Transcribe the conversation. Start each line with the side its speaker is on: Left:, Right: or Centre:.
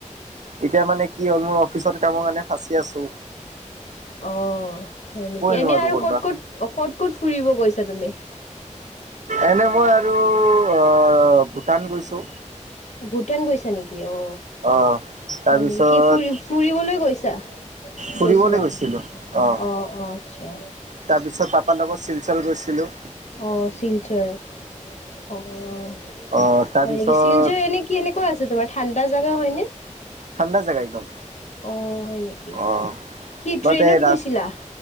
Right: এতিয়া মানে। কি হ'ল মোৰ অফিচত কামৰ কাৰণে ফাঁচি আছোঁ।
Left: অ অ হয় নেকি এনে
Right: নোৱাৰো
Left: আৰু
Right: ক'তবা।
Left: ক'ত, ক'ত, ক'ত, ক'ত ফুৰিব গৈছা তুমি?
Right: এনে মই আৰু অ ভূটান গৈছো।
Left: ভূটান গৈছা নেকি? অ
Right: অ'। তাৰপিছত
Left: হয় নেকি কি ফুৰি ফুৰিবলৈ গৈছা।
Right: ফুৰিবলৈ
Left: গৈছিলা
Right: গৈছিলো আহ।
Left: অ অ আচ্ছা
Right: তাৰ পিছত পাপাৰ লগত শিলচৰ গৈছিলো।
Left: অঁ শিলচৰ অ হয়
Right: অ', তাৰপিছত
Left: নেকি শিলজৰ এনে কি এনেকুৱা আছে তোমাৰ ঠাণ্ডা জোগা হয় নে?
Right: খন্দাজে গাইদম
Left: অ হয় নেকি
Right: অ
Left: কি ট্ৰেইনত
Right: বাট এই ৰা
Left: গৈছিলা?